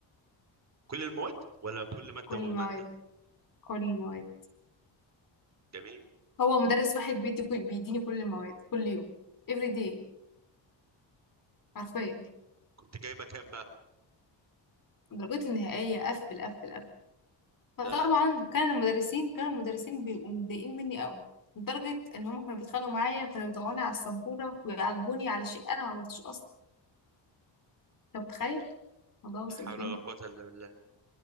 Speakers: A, on the right (about 35°); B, on the left (about 45°).
A: كل المواد ولا كل ماده
B: كل
A: وماده
B: المواد كل المواد
A: جميل
B: هو مدرس واحد بيدي بيديني كل المواد كل يوم every day حرفيا
A: كنت جايبه كام بقى
B: درجتي النهائية قفل قفل قفل فطبعا
A: لا لا انت
B: كان المدرسين كانوا المدرسين بيبقوا متضايقين مني قوي لدرجة إن هما كانوا بيتخانقوا معايا كانوا بيطلعوني على السبورة ويعاقبوني على شيء أنا ما عملتوش أصلا أنت متخيل الموضوع وصل
A: لا حول
B: فين
A: ولا قوه الا بالله